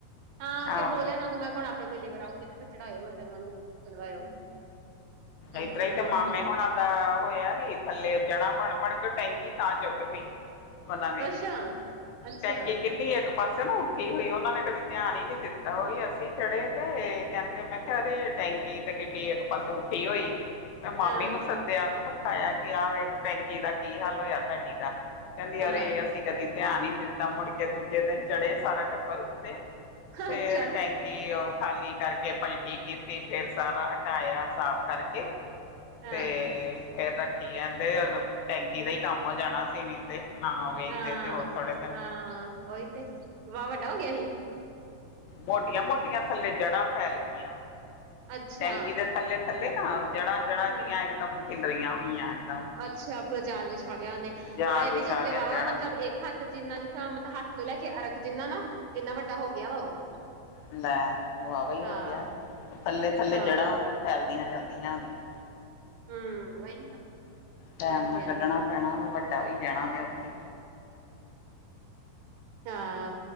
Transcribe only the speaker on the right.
ਹਾਂ ਫਿਰ
ਬੋਲਿਆ ਉਹਨਾਂ ਨੂੰ ਮੈਂ ਹੁਣ ਆਪਣੇ ਕੋਈ ਲੇਬਰ ਆਊਗੀ ਤੇ ਫਿਰ ਚੜਾਇਓ ਮੈਂ ਕਿਹਾ ਉਹਨਾਂ ਨੂੰ ਚੜਵਾਇਓ ਹਾਂ
ਅੱਛਾ ਅੱਛਾ
ਹਾਂ
ਹਾਂ
ਅੱਛਾ
ਹਾਂ
ਹਾਂ
ਹਾਂ ਉਹੀ ਤੇ ਵਾਵਾ ਵੱਡਾ ਹੋ ਗਿਆ ਸੀ
ਅੱਛਾ
ਹਾਂ
ਅੱਛਾ ਪੂਰਾ ਜਾਲ ਵਿ ਛਾ ਲਿਆ ਉਹਨੇ
ਹਾਂ ਇਹ
ਵੀ ਤੇ ਉੱਤੇ
ਵਾਹ
ਵਾ ਮਤਲਬ
ਇੱਕ।। ਹੱਥ ਜਿੰਨਾ ਜਿੱਥਾਂ ਮਤਲਬ ਹੱਥ ਤੋਂ ਲੈ ਕੇ ਅਰਖ ਜਿੰਨਾ ਨਾ ਇੰਨਾ ਵੱਡਾ ਹੋ ਗਿਆ ਵਾ ਉਹ।
ਹਾਂ
ਹਾਂ
ਹਮ ਵਹੀ ਨਾ
ਉਹ
ਤੇ ਆ
ਹਾਂ।